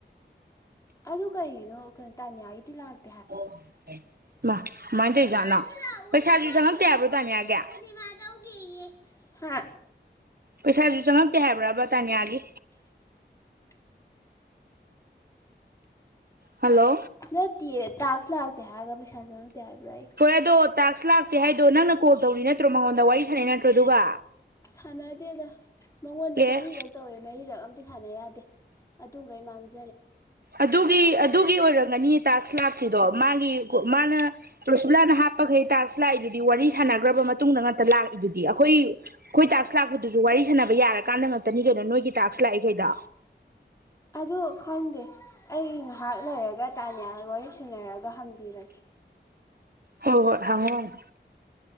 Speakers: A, on the left (about 15°); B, on the right (about 55°).
A: ꯑꯗꯨ ꯀꯩꯒꯤꯅꯣ ꯀꯩꯅꯣ ꯇꯥꯅꯤꯌꯥꯒꯤꯗꯤ ꯂꯥꯛꯦ
B: ꯑꯣ ꯃꯥ ꯃꯥꯗ
A: ꯃꯃꯥꯅ
B: ꯆꯅ
A: ꯂꯥꯛꯑꯣꯏ
B: ꯄꯩꯁꯥꯖ
A: ꯏꯟꯖꯥꯡ
B: ꯆꯅ
A: ꯁꯦꯅꯃꯣꯏ
B: ꯇꯕꯗꯥꯅꯤꯒꯦ
A: ꯄꯨꯔꯅꯤꯃꯥ ꯆꯧꯒꯦꯌꯦ ꯍꯥ
B: ꯄꯩꯁꯥꯁꯨ ꯆꯪꯉꯛꯇꯦ ꯍꯥꯏꯕ꯭ꯔꯥꯕ ꯇꯥꯅꯤꯌꯥꯒꯤ ꯍꯜꯂꯣ
A: ꯅꯠꯇꯦ ꯇꯥꯛꯁ ꯂꯥꯛꯇꯦ ꯍꯥꯏꯔꯒ ꯄꯩꯁꯥ ꯆꯪꯉꯛꯇꯦ ꯍꯥꯏꯕ꯭ꯔꯥ ꯑꯩ
B: ꯍꯣꯏ ꯑꯗꯣ ꯇꯥꯛꯁ ꯂꯥꯛꯇꯦ ꯍꯥꯏꯗꯣ ꯅꯪꯅ ꯀꯣꯜ ꯇꯧꯔꯤ ꯅꯠꯇ꯭ꯔꯣ ꯃꯉꯣꯟꯗ ꯋꯥꯔꯤ ꯁꯥꯟꯅꯩ ꯅꯠꯇ꯭ꯔꯣ ꯑꯗꯨꯒ
A: ꯁꯥꯟꯅꯗꯦꯗ ꯃꯉꯣꯟꯗ
B: ꯑꯦ
A: ꯃꯔꯤꯔꯛ ꯇꯧꯋꯦ ꯃꯔꯤꯔꯛ ꯑꯝꯇ ꯁꯥꯟꯅ ꯌꯥꯗꯦ ꯑꯗꯨꯩ ꯃꯥꯡꯖꯦ
B: ꯑꯗꯨꯒꯤ ꯑꯗꯨꯒꯤ ꯑꯣꯏꯔꯝꯒꯅꯤ ꯇꯥꯛꯁ ꯂꯥꯛꯇ꯭ꯗꯣ ꯃꯥꯒꯤ ꯃꯥꯅ ꯄ꯭ꯔꯨꯁꯤꯂꯥꯅ ꯍꯥꯞꯄꯈꯩ ꯇꯥꯛꯁ ꯂꯥꯛꯏꯗꯨ ꯋꯥꯔꯤ ꯁꯥꯟꯅꯈ꯭ꯔꯕ ꯃꯇꯨꯡꯗ ꯉ ꯂꯥꯛꯏꯗꯨꯗꯤ ꯑꯩꯈꯣꯏ ꯑꯩꯈꯣꯏ ꯇꯥꯛ ꯂꯥꯛꯄꯗꯨꯁꯨ ꯋꯥꯔꯤ ꯁꯥꯟꯅꯕ ꯌꯥꯔꯀꯥꯟꯗ ꯉꯥꯛꯇꯅꯤ ꯀꯩꯅꯣ ꯅꯣꯏꯒꯤ ꯇꯥꯛꯁ ꯂꯥꯛꯑꯦꯈꯩꯗ
A: ꯑꯗꯨ ꯈꯪꯗꯦ ꯑꯩ ꯉꯥꯏꯍꯥꯛ ꯂꯩꯔꯒ ꯇꯥꯅꯤ ꯋꯥꯔꯤ ꯁꯅꯔꯒ ꯍꯪꯕꯤꯔꯒꯦ
B: ꯍꯣꯏ ꯍꯣꯏ ꯍꯪꯉ